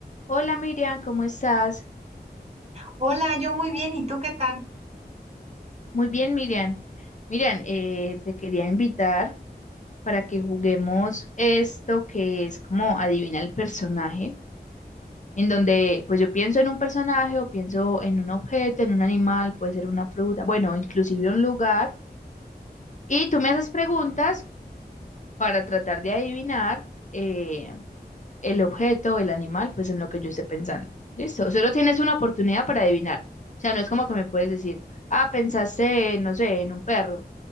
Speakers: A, on the left; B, on the right.
A: Hola Miriam, ¿cómo estás?
B: Hola, yo muy bien, ¿y tú qué tal?
A: Muy bien, Miriam. Miriam, eh, te quería invitar para que juguemos esto que es como adivina el personaje, en donde pues yo pienso en un personaje o pienso en un objeto, en un animal, puede ser una fruta, bueno, inclusive un lugar, y tú me haces preguntas para tratar de adivinar eh, el objeto, el animal, pues en lo que yo esté pensando. Listo, solo tienes una oportunidad para adivinar. O sea, no es como que me puedes decir, ah, pensaste, no sé, en un perro